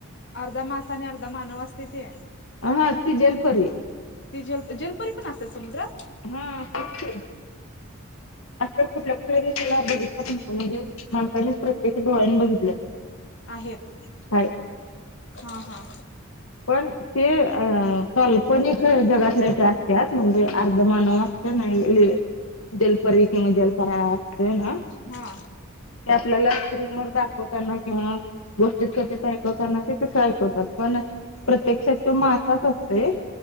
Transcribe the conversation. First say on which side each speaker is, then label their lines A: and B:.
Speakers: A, on the left (about 60°); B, on the left (about 75°).
A: अर्धा मासा आणि अर्धा मानव असते ते
B: आ हा ती जलपरी.
A: ती जल जलपुरी पण असत्या समुद्रात.
B: हा <unintelligible> असं कुठल्या कुठल्या विषाला बघितल्यात नाही म्हणजे माणसानेच प्रत्यक्ष डोळ्यांनी बघितल्यात.
A: आहेत
B: आहेत.
A: हा हा.
B: पण. ते अ काल्पनिक जगातलेच असत्यात म्हणजे अर्ध मानव असतेय नाही. जलपरी किंवा जलपरा असतेय ना.
A: हा
B: ते आपल्याला स्क्रीन वर दाखवताना किंवा गोष्टीत कस ते ऐकवतना ते तस ऐकवतात पण. प्रत्यक्षात तो मासाच असतोय